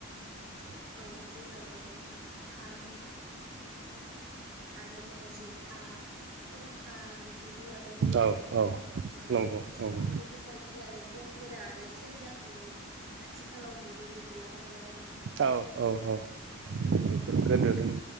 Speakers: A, on the right; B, on the right.
A: <inaudible>
B: औ जोंनावबो खाम आरोबाव जथा खरखा बेफोरखौ लानाय नुयो
A: औ
B: आरो
A: औ
B: ओ
A: नंगौ
B: जोंनिथिं
A: नंगौ
B: बेफोरबायदि बिदि आरो गंगोना आरो सेरजाखौ आथिखालाव नुनो मोनला आरोना नों
A: औ औ औ
B: औ
A: बेफोर
B: नों
A: गोदो दं।